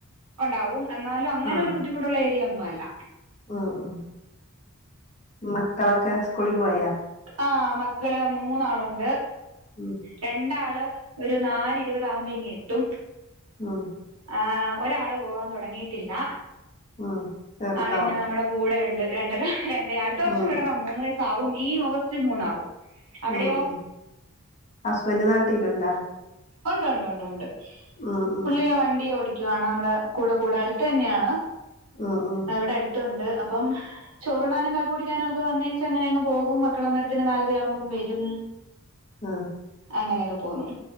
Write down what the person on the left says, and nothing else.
ആഹ്
ഉം ഉ മക്കളൊക്കെ സ്കൂളി പോയോ?
ഉം.
ആഹ്
ഉം ചെറുതാവും
ഉം
ഉം ഉം ഹസ്ബൻഡ് നാട്ടീലുണ്ടോ?
ഉം ഉം
ഉം ഉം ഉം
ആഹ്